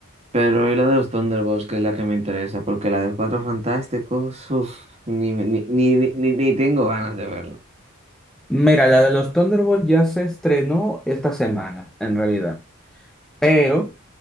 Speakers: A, on the right (about 30°); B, in the centre.
A: Pero y la de los Thunderbolts, que es la que me interesa, porque la de Cuatro Fantásticos, uff, ni, me- ni, ni, ni, ni- ni tengo ganas de verlo.
B: Mira, la de los Thunderbolts ya se estrenó esta semana, en realidad. Pero,